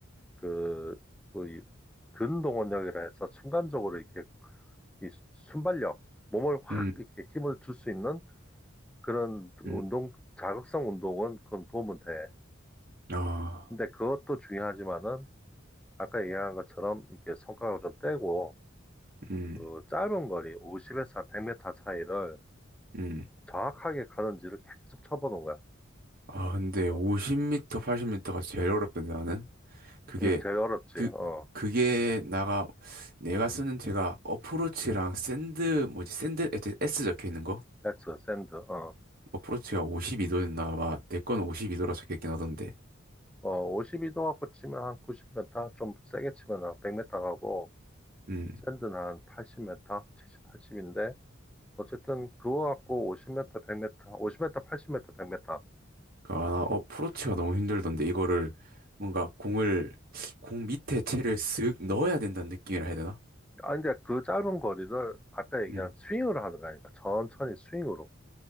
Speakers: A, in the centre; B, on the right (about 45°).
A: 그, 그 이- 근동원력이라 해서 순간적으로 이렇게 이 순발력, 몸을 확
B: 음,
A: 이렇게 힘을 줄 수 있는 그런 운동,
B: 음,
A: 자극성 운동은 그건 도움은 돼.
B: 아,
A: 근데 그것도 중요하지만은 아까 얘기한 것처럼 이렇게 손가락을 좀 떼고
B: 음,
A: 그 짧은 거리 50에서 한 100m 사이를
B: 음.
A: 정확하게 가는지를 계속 쳐보는 거야.
B: 아, 근데
A: 어.
B: 50m, 80m가 제일 어렵던데, 나는. 그게,
A: 음, 제일 어렵지.
B: 그,
A: 어.
B: 그게 나가, 내가 쓰는 제가 어프로치랑 샌드, 뭐지, 샌드, 에스 S 적혀 있는 거?
A: 배트, 샌드. 어.
B: 어프로치가 52도였나? 아마, 내 거는 52도라 적혀 있긴 하던데.
A: 어, 52도 갖고 치면 한 90m, 좀 세게 치면 한 100m 가고
B: 음.
A: 샌드는 한 80m, 70, 80인데 어쨌든 그거 갖고 50m, 100m, 50m, 80m, 100m.
B: 아, 나 어프로치가 너무 힘들던데 이거를 뭔가 공을 공 밑에 채를 쓱 넣어야 된다는 느낌이라 해야 되나?
A: 아, 이제 그 짧은 거리를 아까 얘기한
B: 음.
A: 스윙으로 하는 거아니까 천천히 스윙으로.